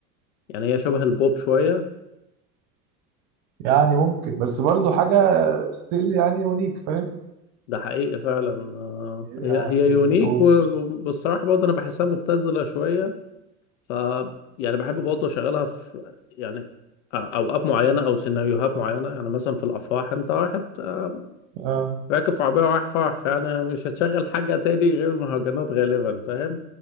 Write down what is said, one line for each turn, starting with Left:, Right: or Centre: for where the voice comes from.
Left: يعني هي شبه البوب شوية
Right: يعني ممكن بس برضو حاجة ستيل يعني يونيك فاهم
Left: ده حقيقي فعلا آه،
Right: يعني
Left: هي هي يونيك
Right: ومش
Left: وبالصراحة برضه أنا بحسها مبتذلة شوية ف يعني بحب برضه أشغلها في يعني أ- أوقات معينة أو سيناريوهات معينة يعني مثلا في الأفراح أنت واحد آه،
Right: آه
Left: راكب في عربية ورايح فرح فيعني مش هتشغل حاجة تاني غير المهرجانات غالبا فاهم